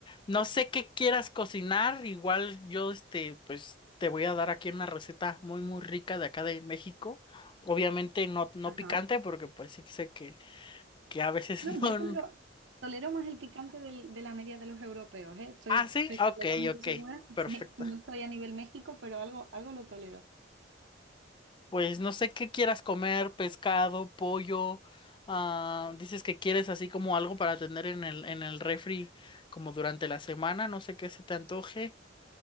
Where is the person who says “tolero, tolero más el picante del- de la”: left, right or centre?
Right